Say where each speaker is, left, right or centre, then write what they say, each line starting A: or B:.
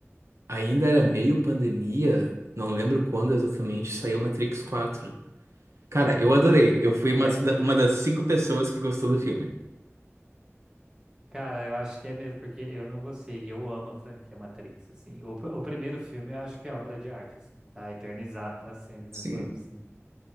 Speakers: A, on the right (about 75°); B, on the right (about 15°).
A: ainda era meio pandemia, não lembro quando exatamente saiu Matrix 4. Cara, eu adorei. Eu fui
B: Lembro.
A: uma, da- uma das cinco pessoas que gostou do filme.
B: Cara, eu acho que é mesmo, porque eu não gostei, e eu amo a franquia Matrix, assim. O, pr- o primeiro filme eu acho que é obra de arte, assim, tá eternizado pra sempre na
A: Sim,
B: história do cinema.